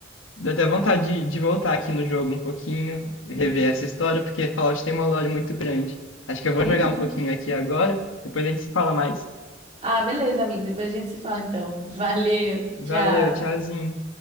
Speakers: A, on the left; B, on the right.
A: Deu até vontade de, de voltar aqui no jogo um pouquinho,
B: Uhum.
A: rever essa história, porque Fallout tem uma lore muito grande. Acho que eu vou
B: Uhum.
A: jogar um pouquinho aqui agora, depois a gente se fala mais.
B: Ah, beleza, amigo. Depois a gente se fala então. Valeu, tchau.
A: Valeu, tchauzinho.